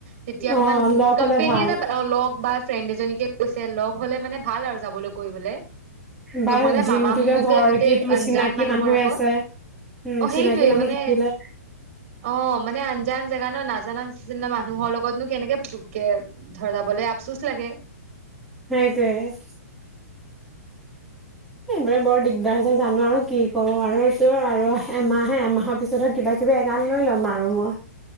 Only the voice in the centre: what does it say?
অ লগ
হলে ভাল
বা
জিমটোতে
ধৰ
কি তোৰ
চিনাকি
মানুহে
আছে উম
চিনাকি মানুহ
থাকিলে
তেজ। এইবৰে বৰ দিগদাৰ হৈছে জানো আৰু কি কৰো আৰু তোৰ আৰু এমাহে এমাহৰ পিছতহে কিবা কিবি এগাল লৈ ল'ম আৰু মই।